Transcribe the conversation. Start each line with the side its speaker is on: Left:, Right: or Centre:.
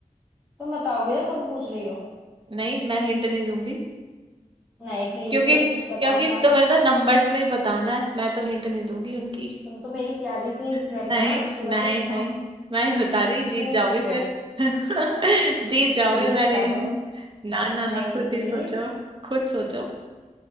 Centre: तुम बताओगे ना तुम पूछ रही हो
Right: नहीं मैं हिंट नहीं दूंगी
Centre: नहीं प्लीज
Right: क्योंकि क्योंकि
Centre: बताओ ना
Right: तुम्हें तो नंबर्स में ही बताना है मैं तो हिंट नहीं दूंगी उनकी
Centre: तुम तो मेरी प्यारी सी फ्रेंड
Right: नहीं
Centre: हो ना अच्छी वाली
Right: नहीं
Centre: बताओ
Right: नहीं मैं नहीं बता रही जीत
Centre: क्यूट
Right: जाओगे
Centre: सी फ्रेंड
Right: फिर <laughs> जीत जाओगे
Centre: प्लीज
Right: मैं
Centre: बता
Right: नहीं
Centre: दो
Right: ना ना ना
Centre: नहीं नहीं
Right: खुद
Centre: प्लीज
Right: ही सोचो खुद सोचो